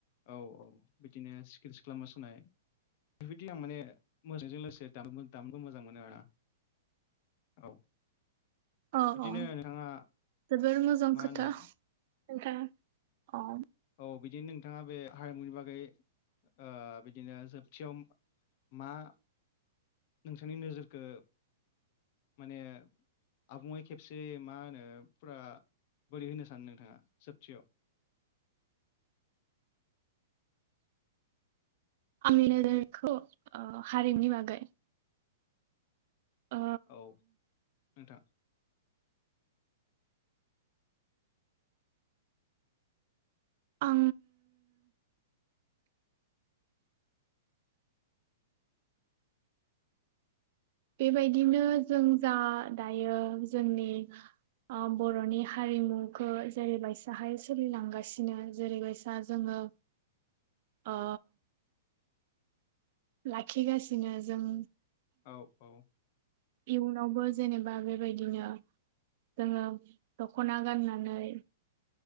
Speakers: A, on the left (about 40°); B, on the right (about 45°).
A: औ औ बिदिनो सिखिरि सिख्ला मोसानाय। बेबायदि आं माने मोसानायजों लोगोसे दामबो दामनोबो मोजां मोनो आरो आं। औ।
B: औ
A: बिदिनो
B: औ
A: नोंथाङा
B: जोबोर मोजां
A: मा
B: खोथा
A: होनो
B: नोंथां औ।
A: अ बिदिनो नोंथाङा बे हारिमुनि बागै ओ बिदिनो जोबथियाव मा नोंसोरनि नोजोरखौ माने आबुङै खेबसे मा होनो फुरा बोरै होनो सानो नोंथाङा जोबथियाव?
B: आंनि नोजोरखौ ओ हारिमुनि बागै ओ
A: औ नोंथां।
B: आं बेबायदिनो जों जा दायो जोंनि ओ बर'नि हारिमुखौ जेरैबायसाहाय सोलिलांगासिनो जेरैबायसा जोङो ओ लाखिगासिनो जों
A: औ औ
B: इयुनावबो जेनेबा बेबायदिनो जोङो दख'ना गाननानै